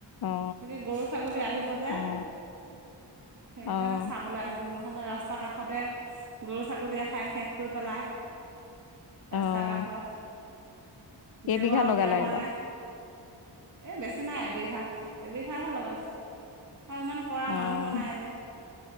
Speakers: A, on the left (about 55°); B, on the right (about 40°).
A: অ
B: তাকে গৰু ছাগলী আহিব যে,
A: অ
B: সেইকাৰণে
A: অ
B: চাবলৈ আহিছোঁ নহ'লে ৰা ৰাস্তাৰ কাষতে গৰু ছাগলীয়ে খাই শেষ কৰি পেলায়।
A: অ',
B: ৰাস্তাৰ কাষত
A: কেইবিঘা
B: জেওৰাও
A: লগালে
B: দিয়া হোৱা
A: এইবাৰ
B: নাই এই বেছি নাই এবিঘা, এবিঘাহে লগাইচো। আৰু ইমান কৰা
A: অ',
B: মানুহো নাই যে